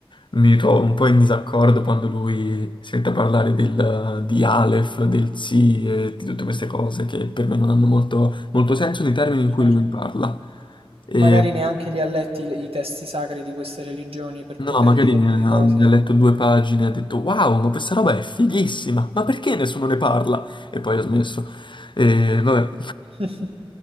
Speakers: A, on the left; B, on the right.
A: mi trovo un po' in disaccordo quando lui sente parlare del- di Aleph, del Tsi e di tutte queste cose che per me non hanno molto, molto senso nei termini in cui
B: certo.
A: lui parla. Ehm,
B: Magari neanche li ha letti i i testi sacri di queste religioni per
A: No,
B: poter
A: magari
B: dire
A: ne
B: delle
A: ha,
B: cose.
A: ne ha letto due pagine e ha detto Wow, ma questa roba è fighissima, ma perché nessuno ne parla? E poi ha smesso. E vabbè.
B: <laughs>